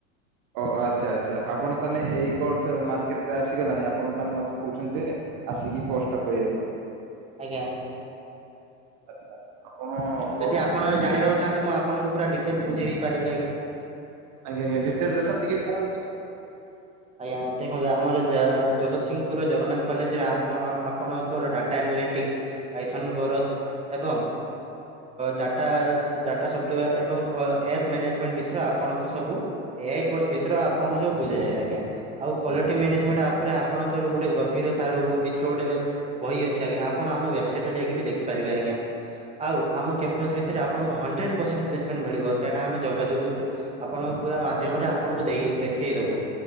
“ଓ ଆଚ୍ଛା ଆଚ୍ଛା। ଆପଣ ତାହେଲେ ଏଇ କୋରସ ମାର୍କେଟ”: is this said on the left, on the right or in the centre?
Right